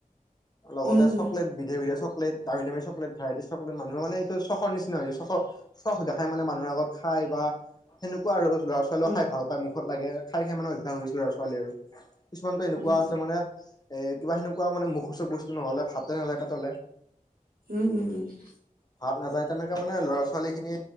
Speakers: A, on the left; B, on the right.
A: লগতে
B: উম উম
A: চকলেট, বিধে- বিধে চক চকলেট, দামী-দামী চকলেট, ভেৰাইটি চকলেট, মানুহে মানে এইটো চখৰ নিচিনা হৈছে, চনৰ, চখ দেখাই মানে মানুহ আগত খাই বা সেনেকুৱা আৰু! ল'ৰা ছোৱালীও
B: উম
A: খাই ভাল পায়, মখ খত লাগে, খাই-খাই মানে অভ্যাস হৈছিল আৰু ছোৱালীৰ আৰু! কিছুমানতো এনেকুৱা
B: উম
A: আছে মানে কিবা সেনেকুৱা মানে মুখৰোচক বস্তু নহ'লে ভাতে নাযায় পেটলে।
B: উম উম উম উম উম উম
A: ভাত নাযায় তেনেকে, মানে লৰা-ছোৱালী খিনি